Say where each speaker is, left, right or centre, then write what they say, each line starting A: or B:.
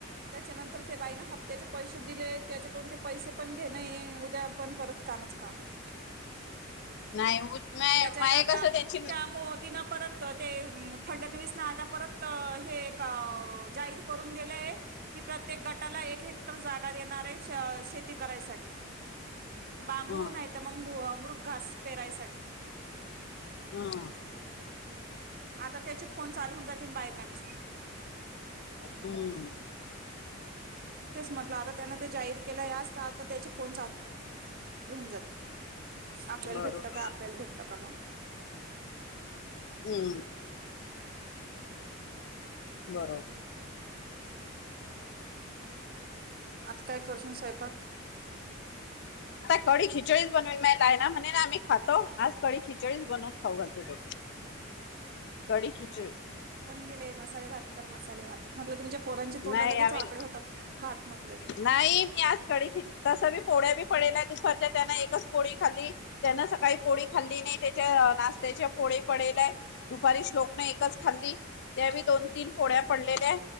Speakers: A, on the right (about 50°); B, on the left (about 60°).
A: त्याच्यानंतर ते बाई ह त्याचे पैसे दिले त्याच्याकडून ते पैसे पण घेणे उद्या पण परत कामच काम आहे
B: नाही माय
A: त्याच्यात आता
B: कसं त्यांची
A: त्या मोदीना परत ते फडणवीस न आता परत हे जाहीर करून दिलंय कि प्रत्येक गटाला एक हे जागात येणार आहे शेती करायसाठी बांबू
B: ह
A: नाही तर मग मूर घास पेरायसाठी
B: ह
A: आता त्याचे फोन चालवून जातील बायकांचे
B: हम्
A: तथेच म्हटलं आता त्यांन ते जाहीर केलं यास आता त्याचे फोन चालू लहन जात आपल्याला
B: बरोबर
A: भेटत का आपल्याला भेटत का म्हणून
B: हम्म बरोबर
A: आता काय करशून साहेबक
B: थवडी खिचडीच बनून मला आहे ना म्हणे ना आम्ही खातो कडी खिचडीच बनवून खाऊ घालते कडी खिचडी
A: गले मसाले भात कर मसाले भात म्हटलं तुमच्या पोरांची तोंड
B: नाही
A: लगेच
B: आम्ही
A: वाकडे होतात भात म्हटलं की
B: नाही मी आज कडी तस बी पोड्या बी डे दुपारच्या त्यान एकच पोळी खाल्ली त्यान सकाळी पोळी खाल्ली नाही त्याच्या नाशत्याच्या पोळी फो पडले दुपारी श्लोक नाही एकच खाल्ली त्यावे दोन तीन फोड्या पडलेल्या